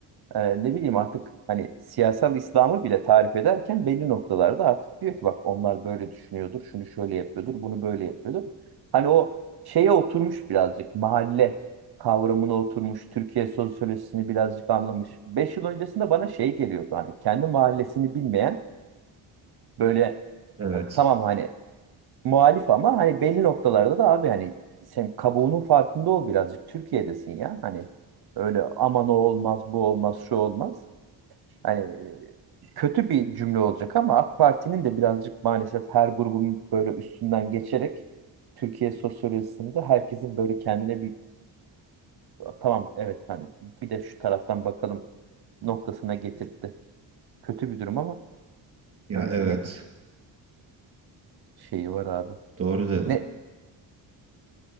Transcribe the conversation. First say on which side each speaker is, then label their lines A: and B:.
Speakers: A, on the right; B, on the right.
A: e, ne bileyim artık hani siyasal İslam'ı bile tarif ederken belli noktalarda artık diyor ki bak onlar böyle düşünüyordur, şunu şöyle yapıyordur, bunu böyle yapıyordur. Hani o şeye oturmuş birazcık mahalle kavramına oturmuş, Türkiye sosyolojisini birazcık anlamış. Beş yıl öncesinde bana şey geliyordu hani kendi mahallesini bilmeyen böyle
B: Evet.
A: e, tamam hani muhalif ama hani belli noktalarda da abi hani sen kabuğunun farkında ol birazcık Türkiye'desin ya hani öyle aman o olmaz bu olmaz şu olmaz hani kötü bir cümle olacak ama AK Parti'nin de birazcık maalesef her grubun böyle üstünden geçerek Türkiye sosyolojisinde herkesin böyle kendine bir tamam evet hani bir de şu taraftan bakalım noktasına getirtti. Kötü bir durum ama
B: Ya
A: öyle
B: evet.
A: bir negatif şeyi var abi.
B: Doğru dedim.
A: Ne?